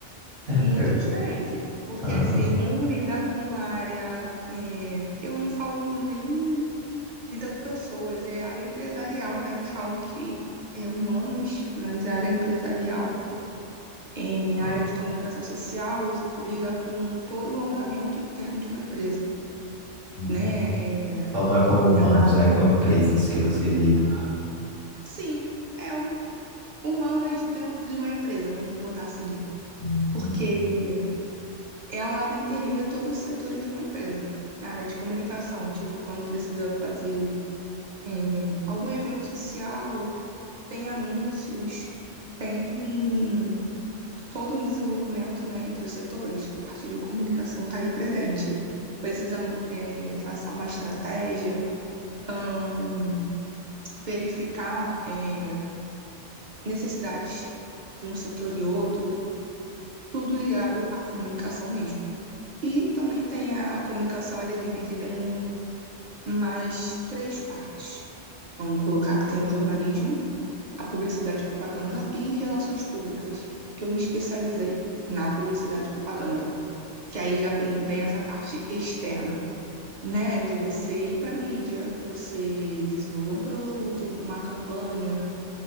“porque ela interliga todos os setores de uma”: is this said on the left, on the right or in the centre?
Right